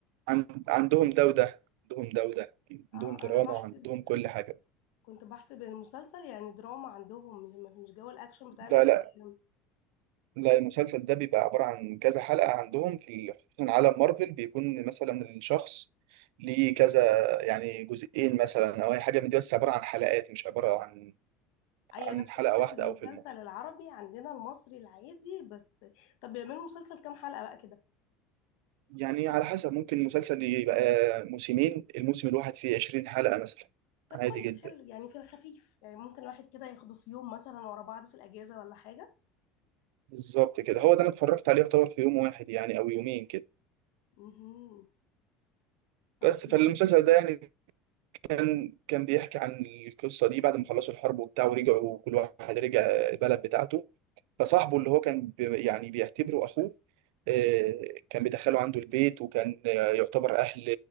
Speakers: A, on the right; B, on the left.
A: عن- عندهم ده وده عندهم ده وده عندهم
B: اه
A: دراما
B: انا بحسب
A: وعندهم كل حاجة
B: كنت بحسب المسلسل يعني دراما عندهم مش مش جو الاكشن بتاع الافلام
A: لا لا لا المسلسل ده بيبقى عبارة عن كذا حلقة عندهم في خصوصا عالم مارفل بيكون مثلا الشخص ليه كذا يعني جزئين مثلا او اي حاجه من دي بس عباره عن حلقات مش عباره عن
B: ايوه
A: عن
B: نفس
A: حلقه
B: فكرة
A: واحده
B: المسلسل
A: او فيلم واحد
B: العربي عندنا المصري العادي بس طب بيعملوا مسلسل كام حلقة بقى كده
A: يعني على حسب ممكن المسلسل يبقى موسمين الموسم الواحد فيه 20 حلقه مثلا
B: طب
A: عادي
B: كويس
A: جدا
B: حلو يعني في الخفيف يعني ممكن الواحد كده ياخده في يوم مثلا ورا بعض في الأجازة ولا حاجة
A: بالظبط كده هو ده انا اتفرجت عليه يعتبر في يوم واحد يعني او يومين كده
B: مهم. طب
A: بس
B: جميل
A: فالمسلسل ده يعني كان كان بيحكي عن القصه دي بعد ما خلصوا الحرب وبتاع ورجعوا كل واحد رجع البلد بتاعته فصاحبه اللي هو كان بي يعني بيعتبره اخوه آه، كان بيدخله عنده البيت وكان آه، يعتبر اهل